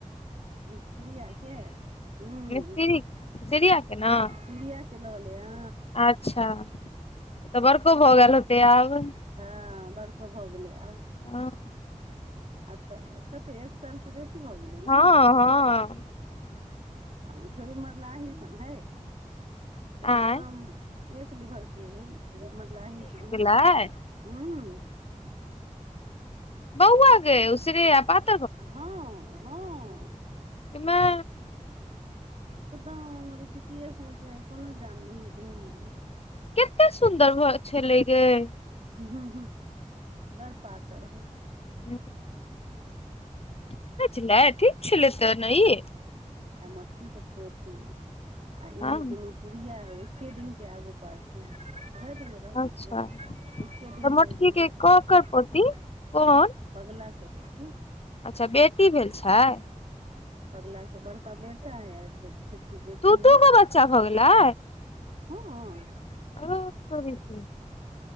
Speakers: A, on the right (about 55°); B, on the left (about 50°).
A: री सीरिया के हँ।
B: मिस्त्री सिरिया
A: चिड़िया
B: के ने
A: के लऽले अ
B: अच्छा तऽ बड़को भऽ गेल होतै आब।
A: हँ बड़को भऽ गेलै आब।
B: हँ
A: आब तऽ कतेक एक साल सँ बेसी भऽ गेलै
B: हँ
A: नऽ आब उ छौरी मरलाही सन हय। एकदम
B: आँय
A: एक लीभर के एछ मरलाही सन है।
B: आँय
A: ह्म।
B: बौआ गै उसिरे आ पात
A: हँ हँ।
B: माय
A: एकदम रुचकिए सनके हय कोनो जान नहि है देह मे।
B: केते सुन्दर घर छलै गैइ।
A: हंँ हँ बड़ पातैर है।
B: <inaudible> कता छलै ठीक छलै तऽ नै ई।
A: आ मोटकी के पोती आ
B: हँ
A: ई दुनू तूरिया है एके दिन के आगू पाछू ध देन वैह
B: अच्छा
A: देखबै एके दिन
B: तऽ मोटकी
A: के नम्हर
B: ककर
A: छै <unintelligible>
B: पोती कोन
A: पगला के बेटी।
B: अच्छा बेटी भेल छै?
A: पगला के बड़का बेटा यै फेर छोटकी बेटी
B: दू
A: यै।
B: दू गो बच्चा भऽ गेलै
A: हां।
B: आरो तोड़ी के